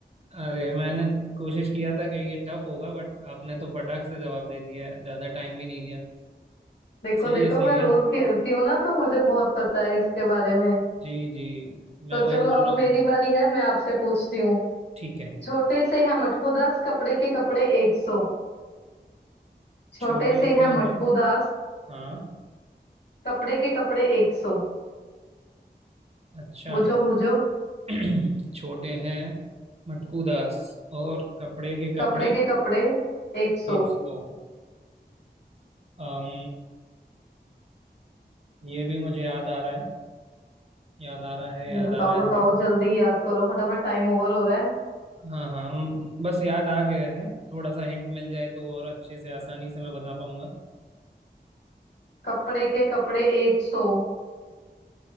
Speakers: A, on the right (about 35°); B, on the left (about 70°).
A: अरे मैंने कोशिश किया था कि ये टफ होगा बट आपने तो फटाक से जवाब दे दिया है ज्यादा टाइम भी नहीं लिया
B: देखो
A: सही
B: देखो
A: है सही
B: मैं
A: है
B: रोज खेलती हूँ ना तो मुझे बहुत पता है इसके बारे में
A: जी जी मैं
B: तो चलो
A: वही बोल
B: अब
A: रहा
B: मेरी
A: हूँ
B: बारी है मैं आपसे पूछती हूँ
A: ठीक है
B: छोटे से है मटकू दास कपड़े के कपड़े एक सौ छोटे
A: छोटे
B: से
A: से
B: है मटकू
A: हैं
B: दास
A: हाँ
B: कपड़े के कपड़े एक सौ
A: अच्छा
B: बूझो बूझो
A: <clears throat> छोटे हैं मटकू दास और कपड़े के
B: कपड़े
A: कपड़े
B: के कपड़े एक सौ
A: एक सौ अम ये भी मुझे याद आ रहा है याद आ रहा है याद
B: बताओ
A: आ रहा
B: बताओ
A: है
B: जल्दी याद करो फटाफट टाइम ओवर हो रहा है
A: हाँ हाँ म- बस याद आ गया है थोड़ा सा हिंट मिल जाए तो और अच्छे से आसानी से मैं बता पाऊंगा
B: कपड़े के कपड़े एक सौ